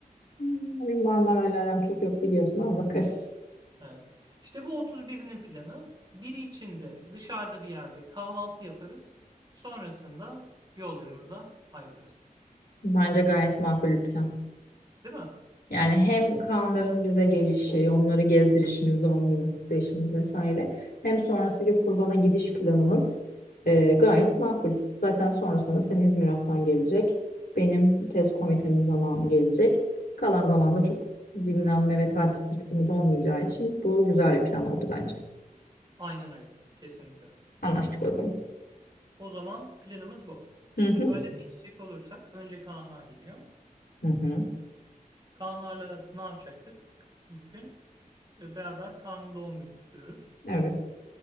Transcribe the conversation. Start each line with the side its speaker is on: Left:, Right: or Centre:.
Left: Hmm, Bir Marmaray'la aram çok yok biliyorsun ama bakarız.
Right: Evet. İşte bu otuz birinin planı. Biri içinde dışarıda bir yerde kahvaltı yaparız. Sonrasında yollarımıza ayrılırız.
Left: Bence gayet makul bir plan.
Right: Değil mi?
Left: Yani hem Kaanların bize gelişi, onları gezdirişimiz, doğum günü kutlayışımız vesaire. Hem sonrasındaki kurbana gidiş planımız e, gayet makul. Zaten sonrasında senin İzmir haftan gelecek. Benim tez komitemin zamanı gelecek. Kalan zamanda çok dinlenme ve tatil fırsatımız olmayacağı için bu güzel bir plan oldu bence.
Right: Aynen öyle. Kesinlikle.
Left: Anlaştık o zaman.
Right: O zaman planımız bu.
Left: Hı hı.
Right: Şimdi özet geçecek olursak önce Kaanlar geliyor.
Left: Hı hı.
Right: Kaanlarla ne yapacaktık ilk gün? Ve beraber Kaan'ın doğum gününü kutluyoruz.
Left: Evet.